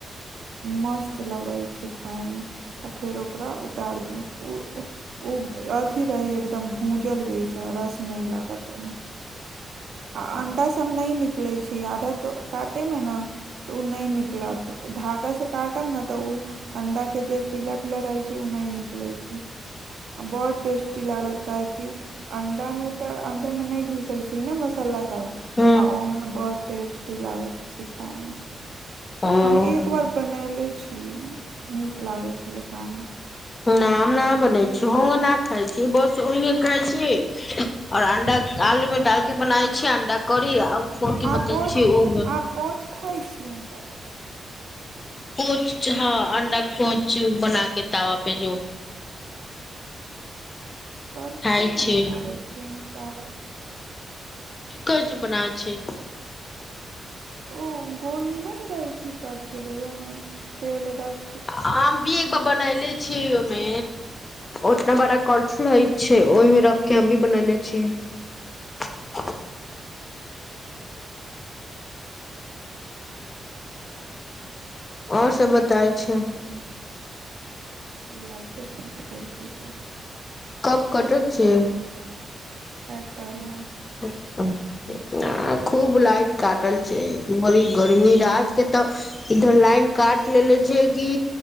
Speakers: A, on the right; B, on the left.
A: मस्त लगै छै खायमे आ फेर ओकरा उतारि दू ओ ओ अथी रहै एकदम भूजल जएसा रस नहि लागत ओहिमे आ अंडा सभ नहि निकलैत छै आधा तो काटेमे न तो नहि निकलत धागा से काटब ने तऽ ओ अंडा के जे पीला पीला रहै छै ओ नहि निकलै छै आ बहुत टेस्टी लागत काहे की अंडा मे तऽ अंडे मे नहि घुसै छै ने मसाला आ
B: ह
A: ओमे बड़ टेस्टी लागैत छी खायमे
B: ह ह
A: हम एक बार बनयले छी नीक लागै छल खाइमे
B: ना हम नहि बनै छी ओना खाय छी बस ओेहिये खाय छी और अंडा क आलूमे डालके बनाय छीयै अंडा करी आ फोर के
A: आप
B: बतैल
A: पौच
B: छी उ
A: आप कोच खाइ छियै हम त
B: पौच हँ अण्डा कोच बना के तावा पे जो
A: करछूल
B: खाय
A: मे
B: छै
A: बनाबै छीयै हम तावा
B: ई कज बनाब छै
A: ओ गोल नहि रहै छै करछूलु उहामे तेल डाल के
B: हम भी एक बार बनायले छीयै ओहिमे ओतना बड़ा करछूल होइ छै ओहिमे रख के हम भी बन ले छियै और सब बताय छै
A: लाइटे कट गेल कि कहू
B: कब कटत छै
A: टाला
B: ह आ खूब लाइट काटल छै बरी गर्मी रात के तऽ इधर लाइन काट लेे छै कि